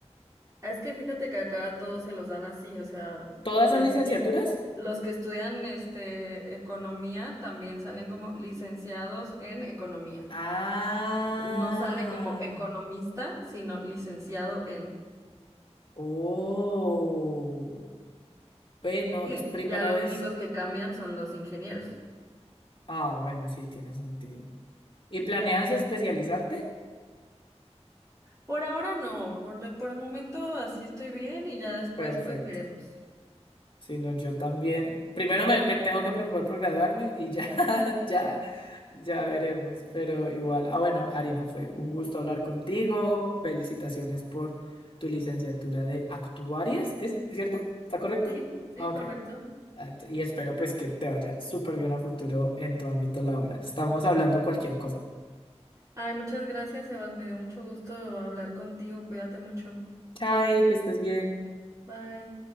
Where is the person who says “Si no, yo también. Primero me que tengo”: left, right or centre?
Left